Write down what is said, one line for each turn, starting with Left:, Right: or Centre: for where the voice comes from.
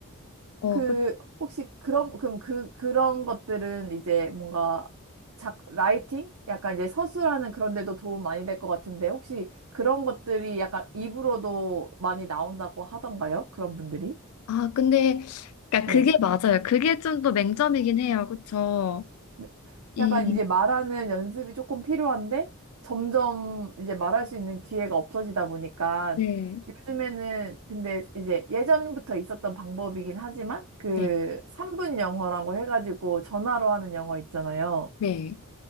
Left: 어,
Right: 그,
Left: 그,
Right: 혹시 그런, 그럼 그, 그런 것들은 이제 뭔가 작, 라이팅? 약간 이제 서술하는 그런 데도 도움 많이 될 것 같은데, 혹시 그런 것들이 약간 입으로도 많이 나온다고 하던가요? 그런 분들이?
Left: 아, 근데 그러니까
Right: 예.
Left: 그게 맞아요. 그게 좀 더 맹점이긴 해요. 그렇죠.
Right: 네.
Left: 이
Right: 약간 이제 말하는 연습이 조금 필요한데 점점 이제 말할 수 있는 기회가 없어지다 보니까
Left: 네.
Right: 요즘에는 근데 이제 예전부터 있었던 방법이긴 하지만 그
Left: 네.
Right: 3분 영어라고 해가지고 전화로 하는 영어 있잖아요.
Left: 네.